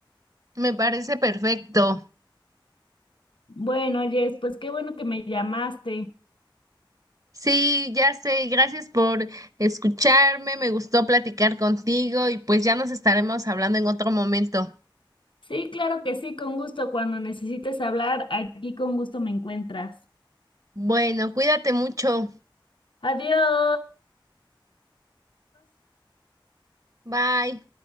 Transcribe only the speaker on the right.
Me parece perfecto.
Sí, ya sé, gracias por escucharme, me gustó platicar contigo y pues ya nos estaremos hablando en otro momento.
Bueno, cuídate mucho.
Bye.